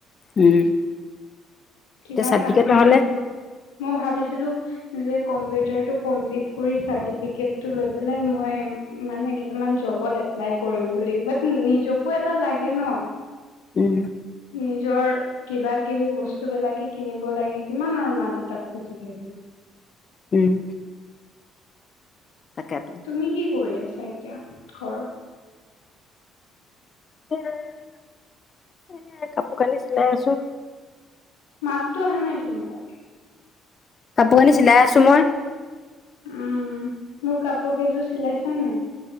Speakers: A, on the left; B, on the left.
A: উম
B: কিবা
A: এতিয়া চাৰ্টিফিকেট
B: নাছিলে
A: নহ'লে
B: মোৰ মই ভাবিছিলো। যে, কম্পিউটাৰটো‌‌ কমপ্লিট কৰি চাৰ্টিফিকেটো ল মই মানে কটামান জবত এাই কৰি বুলি নি কো, এটা লাগে ন!
A: উম
B: নিজৰ কিবা কিবি বচ বিলাকে কিনিব লাগে, কিমান আৰু মা দেউতাক খুজি থাকিম।
A: উম তাকেতো
B: তুমি কি কৰি আছা এতিয়া ঘৰত
A: উ এ কাপোৰ কানি চিলাই আছো
B: মাতটো আহা নাই তোমাৰ ভালকে।
A: কাপোৰ কানি চিলাই আছোঁ মই।
B: উম, মোৰ কাপোৰ কেইযোৰ চিলাইছা‌ নাই?